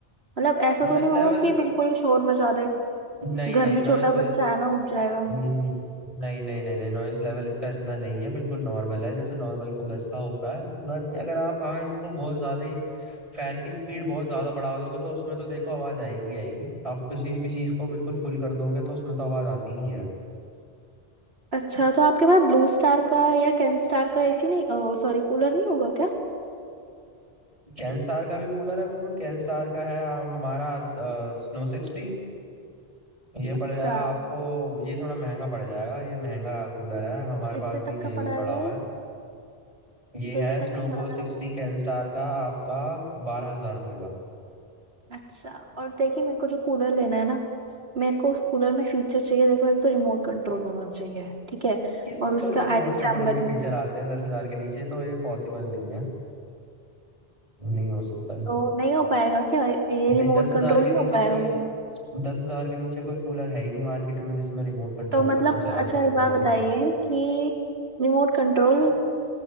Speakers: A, on the right; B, on the right.
A: मतलब ऐसा
B: नॉइस
A: तो नहीं होगा
B: लेवल
A: कि बिल्कुल ही शोर मचा दे
B: नहीं
A: घर
B: नहीं
A: में
B: नॉइस
A: छोटा बच्चा है ना उठ जाएगा
B: हम्म, नहीं नहीं नहीं नहीं नॉइस लेवल इसका इतना नहीं है बिल्कुल नॉर्मल है जैसे नॉर्मल कूलर्स का होता है इतना नहीं अगर आप हाँ इसको बहुत ज्यादा ही फैन की स्पीड बहुत ज्यादा बढ़ा दोगे तो उसमें तो देखो आवाज आएगी ही आएगी आप किसी भी चीज को बिल्कुल फुल कर दोगे तो उसमें तो आवाज आती ही है
A: अच्छा तो आपके पास ब्लू स्टार का या कैन स्टार का एसी नहीं सॉरी कूलर नहीं होगा क्या
B: कैन स्टार का भी कूलर है बिल्कुल कैन स्टार का है आ, हमारा स्नो सिक्सटी ये पड़
A: अच्छा
B: जाएगा आपको ये थोड़ा महंगा पड़ जाएगा ये महंगा कूलर है हमारे
A: कितने
B: पास भी
A: तक
B: यही
A: का पड़ा
B: पड़ा
A: है
B: हुआ
A: ये?
B: है ये
A: कितने
B: है snow
A: तक का पड़ा
B: cool sixty
A: है आपको
B: Kenstar का आपका बारह हजार रुपये का
A: अच्छा और देखिए मेरे को जो कूलर लेना है ना मेरे को उस कूलर में फीचर चाहिए देखो एक तो रिमोट कंट्रोल होना चाहिए ठीक है
B: किस कूलर
A: और उसका
B: में रिमोट
A: आई
B: कंट्रोल
A: चैम्बर
B: के फीचर आते हैं दस हजार के नीचे तो ये पॉसिबल नहीं है नहीं हो सकता है तो
A: तो नहीं हो पाएगा क्या ये
B: नहीं
A: रिमोट
B: दस हजार
A: कंट्रोल
B: के
A: नहीं
B: नीचे
A: हो पाएगा
B: कोई दस हजार के नीचे कोई कूलर है ही नहीं मार्केट में जिसमें रिमोट कंट्रोल
A: तो मतलब
B: का फीचर आता
A: अच्छा
B: हो
A: एक बात
B: मतलब
A: बताइए कि रिमोट कंट्रोल